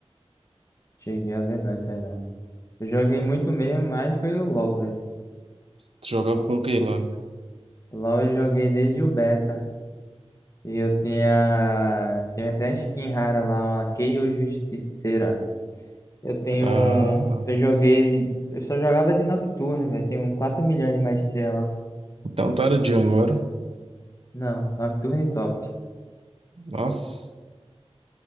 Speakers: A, on the left; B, on the right.
A: cheguei a ver não isso aí não. Eu joguei muito mesmo, mas foi o LoL, velho.
B: Tu jogava com o que lá?
A: O LoL eu joguei desde o beta. E eu tinha, tinha até a skin rara lá, uma Kayle Justiceira. Eu tenho,
B: Ah,
A: um, eu joguei, eu só jogava de Nocturne, velho. Tenho 4 milhões de maestria lá.
B: então tu era de agora.
A: Não, Nocturne top.
B: Nossa,